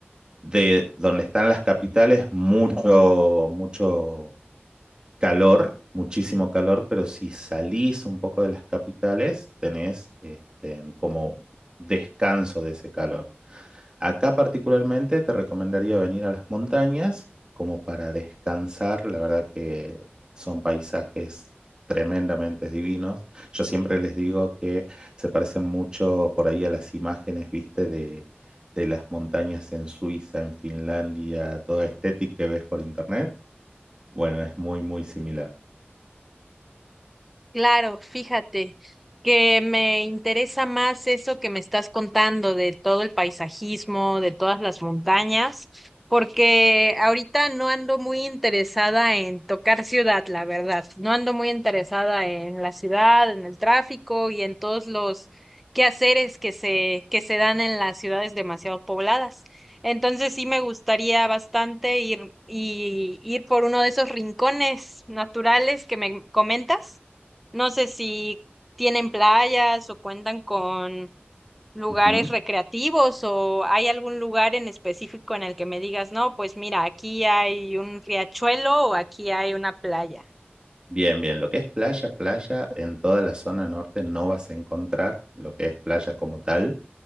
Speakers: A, on the right; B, in the centre.
A: de donde están las capitales, mucho, mucho calor, muchísimo calor, pero si salís un poco de las capitales, tenés este, como descanso de ese calor. Acá particularmente te recomendaría venir a las montañas como para descansar. La verdad que son paisajes tremendamente divinos. Yo siempre les digo que se parecen mucho por ahí a las imágenes, viste, de, de las montañas en Suiza, en Finlandia, toda estética que ves por internet. Bueno, es muy, muy similar.
B: Claro, fíjate que me interesa más eso que me estás contando de todo el paisajismo, de todas las montañas, porque ahorita no ando muy interesada en tocar ciudad, la verdad. No ando muy interesada en la ciudad, en el tráfico y en todos los quehaceres que se, que se dan en las ciudades demasiado pobladas. Entonces sí me gustaría bastante ir, y, ir por uno de esos rincones naturales que me comentas. No sé si tienen playas o cuentan con lugares
A: Ujú.
B: recreativos o hay algún lugar en específico en el que me digas, no, pues mira, aquí hay un riachuelo o aquí hay una playa.
A: Bien, bien, lo que es playa, playa, en toda la zona norte no vas a encontrar lo que es playa como tal.